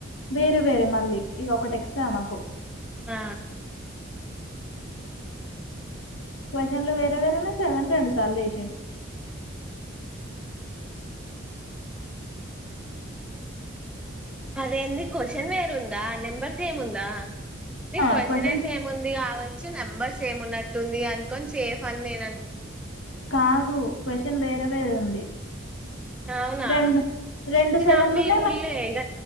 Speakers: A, on the left; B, in the centre.
A: వేరే వేరే మళ్ళీ ఇగ ఒకటెక్స్ట్ మాకు
B: ఆ
A: క్వశ్చన్లు వేరేవేరేనే సవెన్ రెడు సార్లు ఏసిండు
B: అదేంది క్వ్చన్ వేరు ఉందా నెంబర్ సేమ్ ఉందా నెన్
A: ఆ
B: క్వ్చన్
A: క్వశ్చన్
B: ఏ సేమ్ ఉంది కావచ్ చ్చు నెంబర్స్ సేమ్ ఉన్నట్టుంది అనుకొని సేఫ్ అని నేను అం
A: కాదు క్వశ్చన్ వేరే వేరే ఉంది
B: అవునా
A: రెండు రెండు
B: నెన్
A: సెవెన్లు
B: అవ్వీ
A: ఉన్నాయి
B: చుడ్లే ఇగ